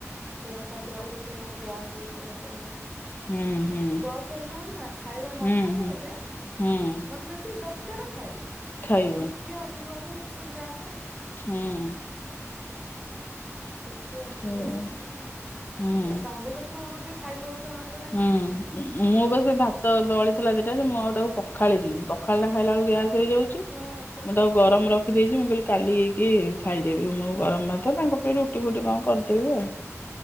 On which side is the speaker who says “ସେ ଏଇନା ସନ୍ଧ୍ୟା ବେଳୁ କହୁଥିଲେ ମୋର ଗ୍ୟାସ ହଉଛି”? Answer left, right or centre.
Right